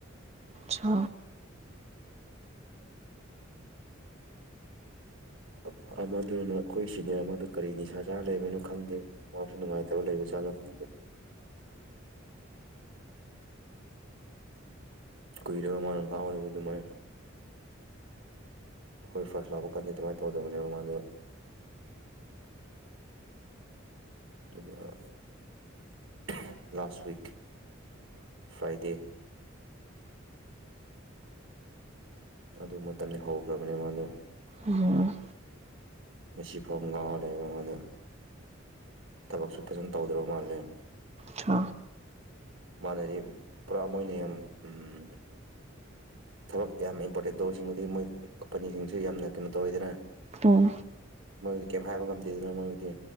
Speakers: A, on the right (about 35°); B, on the right (about 80°).
A: ꯁꯣ
B: ꯎ ꯑꯃꯗꯨꯅ ꯑꯩꯈꯣꯏ ꯁꯤꯅꯦ ꯃꯗꯨ ꯀꯔꯤ ꯅꯤꯁꯥ ꯆꯥꯔ ꯂꯩꯕꯅꯣ ꯈꯪꯗꯦ ꯃꯥꯁꯨ ꯅꯨꯡꯉꯥꯏꯇꯕ ꯂꯩꯕꯖꯥꯅꯣ ꯈꯪꯗꯦ ꯎ <unintelligible> <inaudible> ꯀꯣꯏꯔꯕ ꯃꯥꯅ ꯀ ꯑꯣꯏꯦ ꯑꯗꯨ ꯑꯗꯨ ꯃꯥ ꯑꯩꯈꯣꯏ ꯐꯁꯂꯕꯨ ꯀꯅꯤ ꯑꯗꯨꯃꯥꯏꯅ ꯇꯧꯗꯕꯅꯦ ꯃꯥꯗ ꯑ <unintelligible> <inaudible> ꯂꯥꯁ ꯋꯤꯛ ꯐ꯭ꯔꯥꯏꯗꯦ ꯑꯗꯨ ꯃꯇꯝꯗꯤ ꯍꯧꯈ꯭ꯔꯕꯅꯦ ꯃꯥꯗꯣ
A: ꯎꯝ
B: ꯃꯁꯤꯁꯤꯐꯥꯎ ꯉꯥꯎ ꯂꯩꯕ ꯃꯗ ꯊꯕꯛꯁꯨ ꯐꯖꯅ ꯇꯧꯗ꯭ꯔꯕ ꯃꯥꯜꯂꯦ
A: ꯁꯣ
B: ꯃꯅꯗꯤ ꯄꯔꯃꯅꯤꯝ ꯎꯝ ꯊꯕꯛ ꯌꯥꯝ ꯏꯝꯄꯣꯔꯇꯦꯟ ꯇꯧꯕꯁꯤꯡꯕꯨꯗꯤ ꯃꯣꯏ ꯀꯝꯄꯅꯤꯁꯤꯡꯁꯨ ꯌꯥꯝꯅ ꯀꯩꯅꯣ ꯇꯧꯋꯤꯗꯅ
A: ꯑꯣꯝ
B: ꯗꯤ ꯀꯩꯝ ꯍꯥꯏꯕ ꯉꯝꯗꯦꯗꯅꯣ ꯃꯣꯏꯕꯨꯗꯤ